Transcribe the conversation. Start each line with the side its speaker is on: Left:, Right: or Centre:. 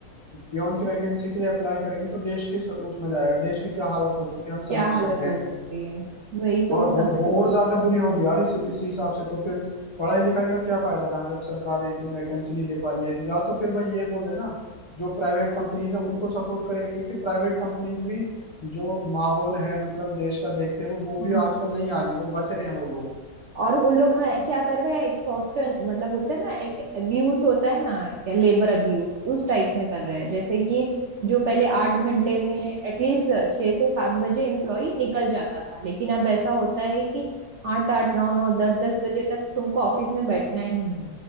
Left: पियोन की वैकेंसी के लिए अप्लाई करेंगे तो देश किस उसमें जाएगा देश की क्या हालत हो चुकी है हम
Right: क्या
Left: समझ
Right: हालत
Left: सकते हैं
Right: हो सकती है वही तो
Left: और
Right: कुछ
Left: हो,
Right: समझ
Left: वो और ज्यादा बुरी होगी यार इस इस हिसाब से तो फिर पढ़ाई लिखाई का क्या फायदा रहा जब सरकार इतनी वैकेंसी नहीं दे पा रही है या तो फिर भाई ये बोले ना जो प्राइवेट कंपनीज है उनको सपोर्ट करें क्योंकि प्राइवेट कंपनीज भी जो माहौल है मतलब देश का देखते हैं वो वो
Right: हम्म
Left: भी आजकल नहीं आ रही है वो बच रहे हैं वो लोग
Right: और उन लोग हाँ, क्या कर रहे हैं एक्सॉस्ट मतलब बोलते हैं ना एक अब्यूज होता है ना लेबर अब्यूज उस टाइप में कर रहे हैं जैसे कि जो पहले आठ घंटे में एटलीस्ट छह से सात बजे एम्प्लॉय निकल जाता था लेकिन अब ऐसा होता है कि आठ आठ नौ नौ दस दस बजे तक तुमको ऑफिस में बैठना ही है